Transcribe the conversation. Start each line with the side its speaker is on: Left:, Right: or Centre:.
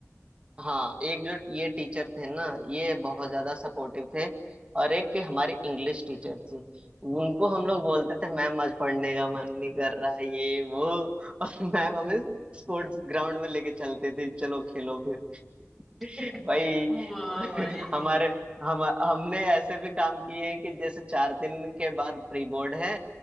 Right: हाँ एक जो ये टीचर थे ना ये बहुत
Centre: हम्म,
Right: ज्यादा
Centre: हम्म,
Right: सपोर्टिव थे और एक हमारी इंग्लिश टीचर थी उनको
Centre: हम्म,
Right: हम लोग
Centre: हम्म।
Right: बोलते थे मैम आज पढ़ने का मन नहीं कर रहा है ये वो <laughs> और मैम हमें स्पोर्ट्स ग्राउंड में लेके चलते थे चलो खेलो फिर
Centre: <laughs>
Right: <laughs> भाई
Centre: वाह भाई
Right: हमारे हम हमने ऐसे भी काम किए हैं कि जैसे चार दिन के बाद प्री बोर्ड है